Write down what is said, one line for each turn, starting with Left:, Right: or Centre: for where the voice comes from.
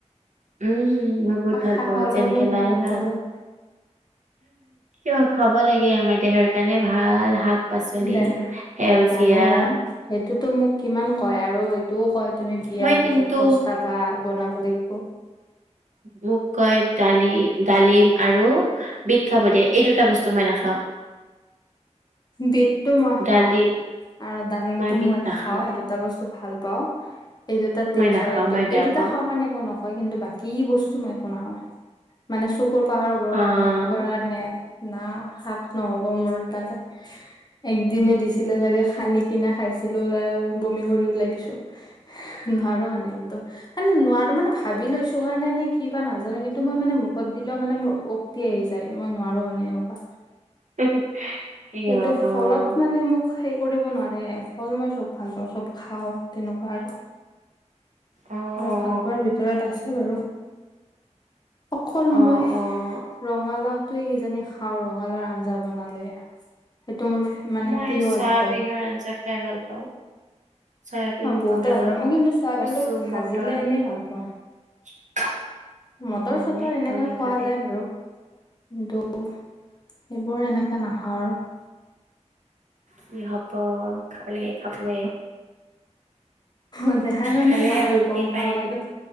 Right: উম মই বহুত ভাল
Left: হাঁহ
Right: পাওঁ
Left: অলপো
Right: যেনেকে
Left: মুখত
Right: লাই শাক।
Left: অলপ
Right: কিয় খাব লাগে আমাৰ দেহৰ কাৰণে ভাল শাক পাচলি
Left: দেহ
Right: সেউজীয়া।
Left: জানো সেইটোতো মোক কিমান কয় আৰু এইটোও কয় তুমি বিয়াৰ
Right: মই কিন্তু
Left: পিছত পস্তাবা বনাব লাগিব।
Right: ম কৈ ডালি ডালিম আৰু বিট খাব দিয়ে এই দুটা বস্তু মই নাখাওঁ।
Left: বিটটো মই খাওঁ
Right: ডালিম
Left: আৰু ডালিমটো
Right: বিট
Left: মই
Right: নাখাওঁ
Left: খাওঁ এইটো <unintelligible> বস্তু ভাল পাওঁ। এই দুটা
Right: মই
Left: তেজ
Right: নাখাওঁ
Left: হয় এইটো
Right: মই বেয়া
Left: এই দুটা
Right: পাওঁ
Left: খাওঁ কাৰণে একো নকয় কিন্তু বাকী বস্তু মই একো নাখাওঁ। মানে চকুৰ পাৱাৰ হ'বৰ
Right: অ'।
Left: কাৰণে কিবা কাৰণে না শাক নহ'ব মোৰ দ্বাৰা।
Right: <inaudible>
Left: একদনে দিছিলে চাগে সানি কিনা খাইছিলো বমি কৰি ওলাই দিছোঁ। নোৱাৰোঁ মানে একদম। এ নোৱাৰোঁ মানে ভাৱি লৈছো কাৰণে এনে কিবা নাজানো কিন্তু মই মানে মুখত দিলে মানে মোৰ আহি যায় মই নোৱাৰোঁ মানে এনেকুৱা।
Right: <unintelligible>
Left: কিন্তু ফলত
Right: অ',
Left: মানে মোক সেই কৰিব নোৱাৰে ফল মই চব ভাল পাওঁ চব খাওঁ তেনেকুৱা আৰু।
Right: অ',
Left: আৰু ভালপোৱাৰ ভিতৰত আছে বাৰু। অকল
Right: অ'।
Left: মই। ৰঙালাওটোৱে কিজানি খাওঁ ৰঙালাওৰ আঞ্জা বনালে। সেইটো মোৰ মানে
Right: মই
Left: প্ৰিয়
Right: চয়াবিনৰ
Left: একদম
Right: আঞ্জা খাই ভাল পাওঁ। চয়াবিন,
Left: অ বহুতে
Right: ৰঙালাও,
Left: ভাল পায়। মই কিন্তু চয়াবিনটোক
Right: কচু,
Left: ভাজিলে
Right: মটৰ
Left: এনেই ভাল পাওঁ।
Right: <unintelligible> উম,
Left: মটৰ
Right: হুম
Left: চটৰ
Right: খাওঁ
Left: এনেকা
Right: কিন্তু
Left: খোৱা
Right: দে
Left: যায় বাৰু। কিন্তু সেইবোৰ এনেকে নাখাওঁ আৰু।
Right: কি হ'ব খাব লাগে খাব লাগে।
Left: অ দেহাৰ কাৰণে
Right: খালেহে
Left: ভাল
Right: শক্তি
Left: গম
Right: পায়।
Left: পাওঁ এইটো